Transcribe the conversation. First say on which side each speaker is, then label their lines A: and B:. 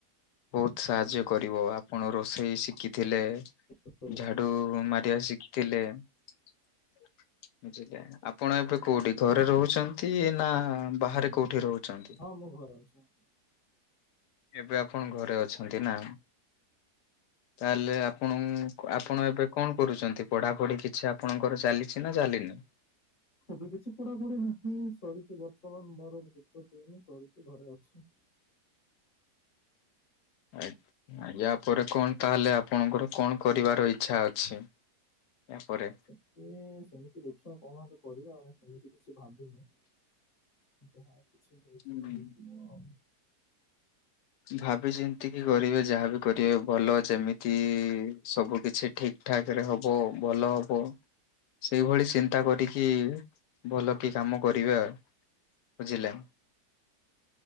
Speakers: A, on the left (about 80°); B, on the left (about 40°).
A: ବହୁତ ସାହାଯ୍ୟ କରିବ ଆପଣ ରୋଷେଇ ଶିକି ଥିଲେ,
B: ବୁଝିପାରିଲି।
A: ଝାଡୁ ମାରିବା ଶିଖିଥିଲେ ବୁଝିଲେ? ଆପଣ ଏବେ କୋଉଠି ଘରେ ରହୁଛନ୍ତି ନା
B: ହୁଁ,
A: ବାହାରେ କୋଉଠି ରହୁଛନ୍ତି?
B: ହଁ ମୁଁ ଘରେ ଅଛି। <inaudible>
A: ଏବେ ଆପଣ ଘରେ ଅଛନ୍ତି ନା? ତାହେଲେ ଆପଣ ଆପଣ ଏବେ କଣ କରୁଛନ୍ତି? ପଢାପଢି କିଛି ଆପଣଙ୍କର ଚାଲିଛି ନା ଚାଲିନି? ହ
B: ଏବେ କିଛି ପଡାପଢି ନାହିଁ ସରିଛି, ବର୍ତ୍ତମାନ ମୋର ଯୁକ୍ତ ତିନି ସରିଛି ଘରେ ଅଛି।
A: ଆ, ଆଜ୍ଞା ଆ ପରେ କଣ ତାହେଲେ ଆପଣଙ୍କର କଣ କରିବାର ଇଚ୍ଛା ଅଛି? ୟା ପରେ
B: ଯଦି ସେମିତି ଦେଖିବା କଣ ହେଲେ କରିବା ଏବେ ସେମିତି କିଛି ଭାବିନି। ଯାହା କିଛି ହେଇଯିବ
A: ହୁଁ।
B: ହେଇଥିବ।
A: ଭାବି ଚିନ୍ତି କିି କରିବେ ଯାହାବି କରିବେ ଭଲ, ଯେମିତି ସବୁ କିଛି ଠିକ୍ ଠାକରେ ହବ ଭଲ ହବ। ସେଇଭଳି ଚିନ୍ତା କରିକି ଭଲ କି କାମ କରିବେ ଆ। ବୁଝିଲେ?